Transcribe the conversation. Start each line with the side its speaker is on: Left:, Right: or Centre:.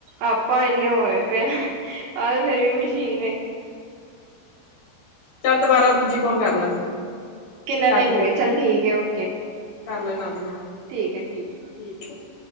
Right: ਆਪਾਂ ਇਨੇ ਹੋਏ ਪਏ। ਆਹ ਤੇ ਫੇਰ ਵੀ ਮਸ਼ੀਨ ਏ।
Left: ਚੱਲ ਦੁਬਾਰਾ ਦੂਜੀ ਕੋੋਲ ਕਰ ਲੈ ਤੂੰ।
Right: ਕਿੰਨਾ
Left: ਕੱਟ
Right: ਟਾਈਮ
Left: ਦੇ
Right: ਹੋ ਗਿਆ ਚੱਲ ਠੀਕ ਏ ਓਕੇ।
Left: ਕਰ ਲੈ ਨਾਲ ਦੀ ਨਾਲ।
Right: ਠੀਕ ਏ ਠੀਕ ਏ।
Left: <inaudible>